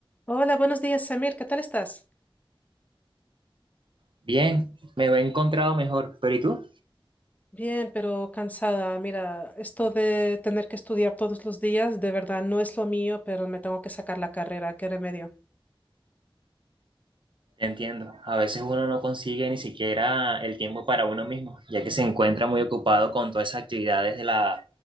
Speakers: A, on the left; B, on the right.
A: Hola, buenos días, Samir. ¿Qué tal estás?
B: Bien, me he encontrado mejor, pero ¿y tú?
A: Bien, pero cansada. Mira, esto de tener que estudiar todos los días, de verdad no es lo mío, pero me tengo que sacar la carrera. ¿Qué remedio?
B: Te entiendo, a veces uno no consigue ni siquiera el tiempo para uno mismo, ya que se encuentra muy ocupado con todas esas actividades de la